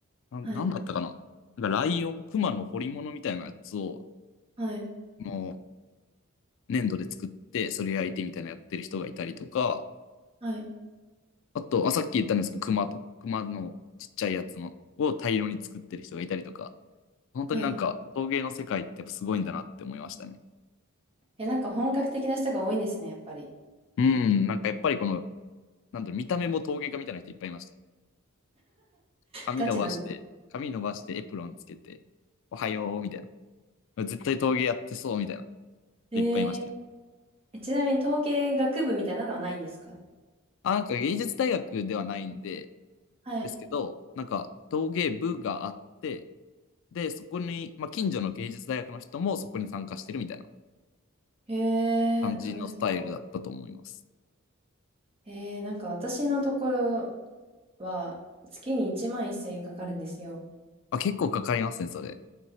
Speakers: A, on the left; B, on the right.
A: な、なんだったかな。
B: はい。
A: なんかライオン、熊の彫り物みたいなやつを、
B: はい。
A: もう粘土で作って、それ焼いてみたいなやってる人がいたりとか、
B: はい。
A: あと、あ、さっき言ったんですけど、熊と、熊のちっちゃいやつのを大量に作ってる人がいたりとか、本当になんか陶芸の世界ってやっぱすごいんだなって思いましたね。
B: はい。え、なんか本格的な人が多いんですね、やっぱり。
A: うん、なんかやっぱりこの、なんだろう、見た目も陶芸家みたいな人いっぱいいました。髪伸ばして、
B: ガチなんです。
A: 髪伸ばしてエプロンつけて、おはよう、みたいな。絶対陶芸やってそう、みたいな。
B: えー、
A: いっぱいいましたよ。
B: えちなみに統計学部みたいなのはないんですか
A: あ、なんか芸術大学ではないんで、
B: はい。
A: ですけど、なんか陶芸部があって、で、そこに、まあ、近所の芸術大学の人もそこに参加してるみたいな。
B: えー、
A: 感じのスタイルだったと思います。
B: 楽しそう。えー、なんか私のところは月に1万1000円かかるんですよ。
A: あ、結構かかりますね、それ。